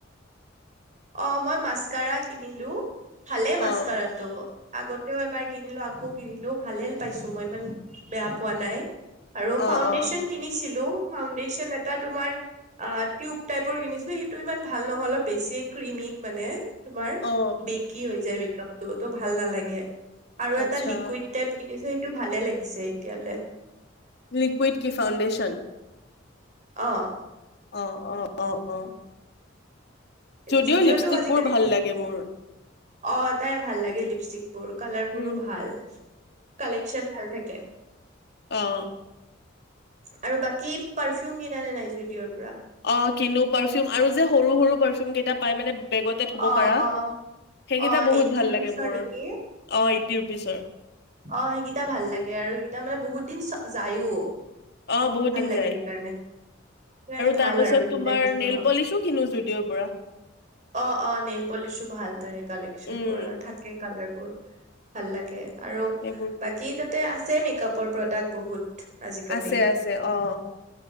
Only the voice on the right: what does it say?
অ', মই মাছকাৰা কিনিলোঁ। ভালে মাছকাৰাটো।
আগতেও এবাৰ কিনিলো আকৌ কিনিলো ভালেই পাইছ <unintelligible> বেয়া পোৱা নাই, আৰু
ফাউণ্ডেশ্যন
কিনিছিলোঁ ফাউণ্ডেশ্যন এটা তোমাৰ অক, টিউব টাইপৰ কিনিছিলোঁ সেইটো ইমান ভাল নহয় অলপ বেছি কৃমিক মানে। তোমাৰ,
বেকি হৈ যায় বে টোতো ভাল ন লাগে <inaudible> আৰু
এটা লিকুইড টাইপ কিনিছো সটো ভালে লাগিছে এতিয়ালৈ
অঁ।
জুডিঅ'টো
আজিকালি
অ' তাইৰ ভাল লাগে লিপষ্টিক বোৰ। কালাৰ বোৰো
ভাল কালেকন ভাল থাক কে
আৰু বাকী পাৰফিউম কিনা নে নাই জুডিঅ'ৰ পৰা
অ',
অ',
অ',
এইটটি
ৰুপিচৰ
নেকি
অ সেইকেইটা ভাল লাগে আৰু সেইকেইটা মানে বহুত দিন যায়ো।
ভাল
লাগে
সেইকাৰণে, সেইকাৰণে ভাল
আৰু সেইগিটা
কিছুমান
বাও।
অ অ নেল পলিচো ভাল তাৰে কালেকচন
বোৰ থাকে কালাৰ বোৰ, ভাল লাগে। আৰু
বাকী তাতে আছ চে মেকআপৰ প্ৰডাক্ট বহুত। আজিকালি